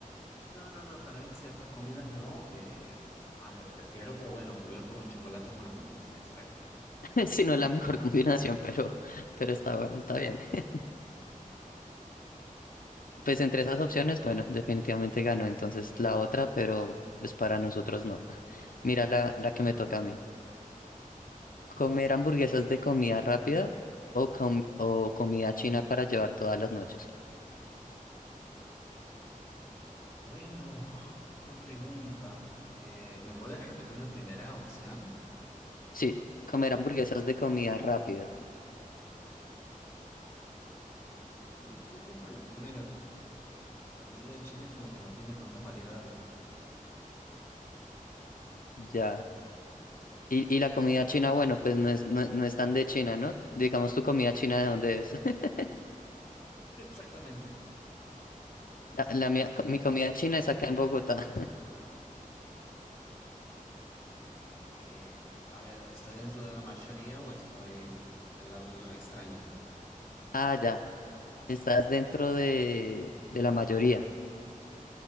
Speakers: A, on the left; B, on the left.
A: No, no, no, para mí en ciertas comidas no. eh, es más, lo prefiero, pero bueno, cubierto con chocolate es una combinación extraña.
B: <laughs> Si no es la mejor combinación, pero, pero está, está bien. <laughs> Pues
A: Muy
B: entre esas
A: bien.
B: opciones, bueno, definitivamente ganó entonces la otra, pero pues para nosotros no. <laughs> Mira la, la que
A: No,
B: me toca
A: no.
B: a mí. ¿Comer hamburguesas de comida rápida o, com- o comida china para llevar todas las noches?
A: Bueno, qué pregunta. Eh, ¿me puedes repetir la primera opción?
B: Sí, comer hamburguesas de comida rápida,
A: Capaz que me incline por la primera. La comida china es como que no tiene tantas variedades, entonces.
B: ya. Y, y la comida china, bueno, pues no es, no, no es tan de China, ¿no? Digamos tu comida china de dónde es. <laughs>
A: Exactamente.
B: La, la mía- mi comida china es acá en Bogotá. <laughs>
A: Eh, a ver, ¿estoy dentro de la mayoría o estoy del lado de los extraños?
B: Ah, ya. Estás dentro de, de la mayoría.